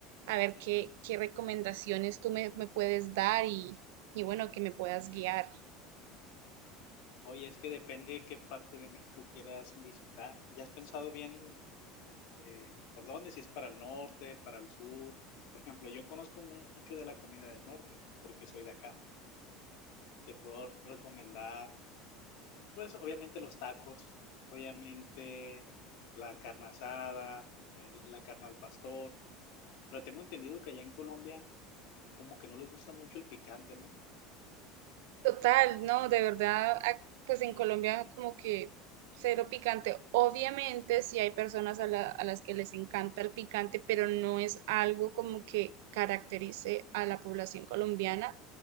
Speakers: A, on the right; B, on the left.
A: a ver qué, qué recomendaciones tú me, me puedes dar y, y bueno, que me puedas guiar.
B: Oye, es que depende qué parte de México quieras visitar. ¿Ya has pensado bien eh, por dónde? Si es para el norte, para el sur. Por ejemplo, yo conozco mucho de la comida del norte porque soy de acá. Te puedo recomendar, pues obviamente los tacos, obviamente la carne asada, eh, la carne al pastor. Pero tengo entendido que allá en Colombia como que no les gusta mucho el picante, ¿no?
A: Total, no, de verdad, ac- pues en Colombia como que cero picante. Obviamente sí hay personas a, la- a las que les encanta el picante, pero no es algo como que caracterice a la población colombiana.